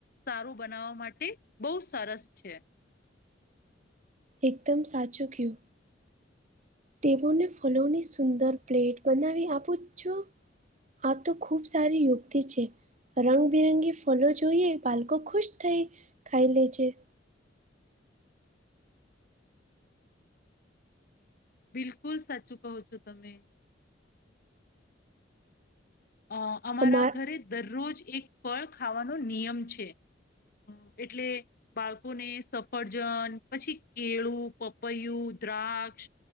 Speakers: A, on the left; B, on the right.
A: સારું બનાવવા માટે બહુ સરસ છે
B: એકદમ સાચું કું તેઓને ફલોની સુંદર પ્લેટ બનાવી આપું છો આ તો ખૂબ સારી યુવક્તિ છે રંગબિરંગી ફલો જોઈએ બાળકો ખુશ થઈ ખાઈ લેજે
A: બિલકુલ સાચું કહો છો તમે અ અમારા
B: અમાર
A: ઘરે દરરોજ એક ફળ ખાવાનો નિયમ છે હમ એટલે બાળકોને સફરજન પછી કેળું પપૈયું દ્રાક્ષ